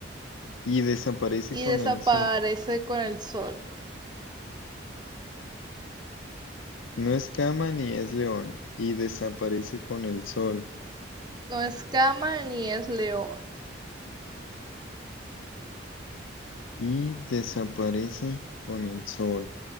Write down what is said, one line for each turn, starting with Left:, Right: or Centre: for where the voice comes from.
Left: y desaparece
Right: y
Left: con
Right: desaparece
Left: el sol.
Right: con el sol.
Left: No es cama ni es león y desaparece con el sol.
Right: No es cama ni es león.
Left: y desaparece con el sol.